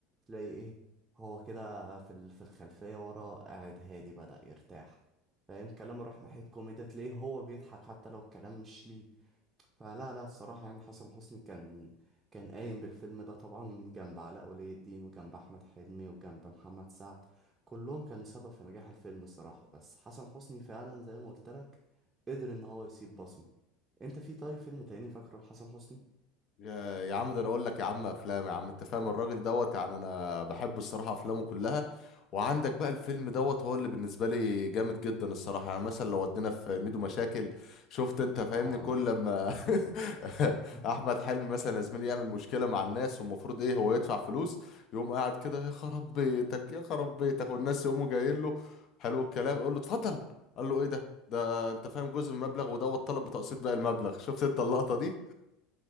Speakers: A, on the right (about 20°); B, on the left (about 50°).
A: تلاقي ايه هو كده في ال- في الخلفية ورا قاعد هادي بدأ يرتاح فاهم كلام راح ناحية كوميديا تلاقيه هو بيضحك حتى لو الكلام مش ليه فلا لا الصراحة يعني حسن حسني كان كان قايم بالفيلم ده طبعا جنب علاء ولي الدين وجنب أحمد حلمي وجنب محمد سعد كلهم كانوا سبب في نجاح الفيلم الصراحة بس حسن حسني فعلا زي ما قلت لك قدر إن هو يسيب بصمة أنت في طيب فيلم تاني فاكره لحسن حسني؟
B: يا يا عم ده انا اقول لك يا عم افلام يا عم انت فاهم الراجل دوت يعني انا بحب الصراحه افلامه كلها وعندك بقى الفيلم دوت هو اللي بالنسبه لي جامد جدا الصراحه يعني مثلا لو ودينا في ميدو مشاكل شفت انت فاهمني
A: اه
B: كل لما <laughs>
A: <laughs>
B: احمد حلمي مثلا يا زميلي يعمل مشكله مع الناس والمفروض ايه هو يدفع فلوس يقوم قاعد كده يا خراب بيتك يا خراب بيتك والناس يقوموا جايين له حلو الكلام يقول له اتفضل قال له ايه ده ده انت فاهم جزء من المبلغ ودوت طلب بتقسيط باقي المبلغ شفت انت اللقطه دي